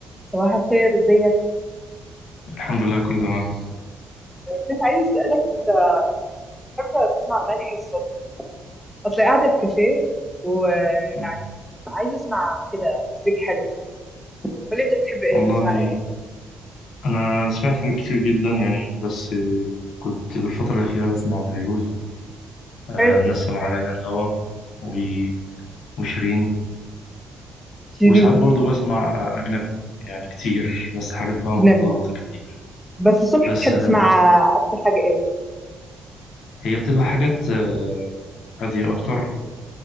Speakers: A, in the centre; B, on the left.
A: صباح الخير ازيك
B: الحمد لله كله تمام
A: كنت عايز اسالك انت بتحب تسمع اغاني ايه الصبح اصل قاعده في كافيه ويعني
B: مم.
A: عايزه اسمع كده مزيكا حلوه قول لي انت بتحب ايه
B: والله
A: تسمع ايه
B: أنا سمعت حاجات كتير جدا يعني بس آه، كنت بالفترة الأخيرة بسمع فيروز آه،
A: بحب
B: نسم علينا الهوى و- وشيرين
A: شيرين
B: وساعات برضو بسمع آه، أجنبي يعني كتير بس حاجات بقى
A: اجنبي
B: مختلطة كتير
A: بس الصبح
B: بس
A: بتحب
B: آه،
A: تسمع اكتر حاجه ايه
B: هي بتبقى حاجات آه، هادية أكتر